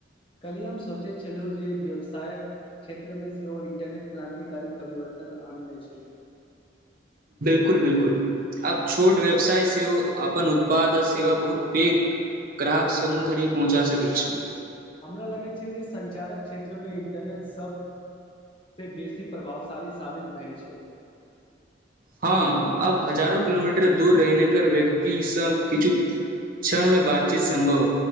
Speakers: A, on the left (about 30°); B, on the right (about 50°).
A: कल्हि हम सोचैत छलहुँ जे व्यवसायक क्षेत्रमे सेहो इंटरनेट क्राान्तिकारी परिवर्त न आनने छै
B: बिल्कुल बिल्कुल आब छोट व्यवसाय सेहो अपन उत्पाद आ सेवा बहुत पेघ ग्राहक समूह धरि पहुँचा सकै छी
A: हमरा लगै छै जे संचारक क्षेत्रमे इंटरनेट सभ से बेसी प्रभावशाली साबित भेल छै
B: हँ अब हजारो किलोमीटर दूर रहिने कर व्यक्ति सभ किछु क्षणमे बातचीत सम्भव